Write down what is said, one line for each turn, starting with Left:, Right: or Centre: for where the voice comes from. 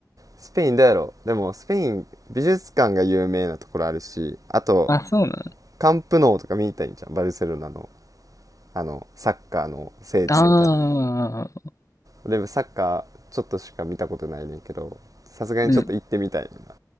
Right: スペインだやろでもスペイン美術館が有名なところあるしあと
Left: あ、そうなの
Right: カンプノーとか見に行たいいんじゃんバルセロナのあのサッカーの聖地みたいな
Left: ああー、
Right: でサッカーちょっとしか見たことないねんけどさすがにちょっと行ってみたいな
Left: うん。